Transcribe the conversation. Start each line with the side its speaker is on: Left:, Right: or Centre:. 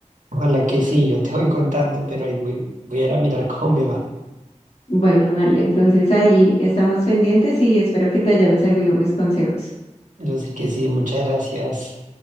Right: ojalá que sí, yo te voy contando, pero ahí voy, voy a ir a mirar cómo me va.
Left: Bueno, Ale, entonces ahí estamos pendientes y espero que te hayan servido mis consejos.
Right: Yo sé que sí, muchas gracias.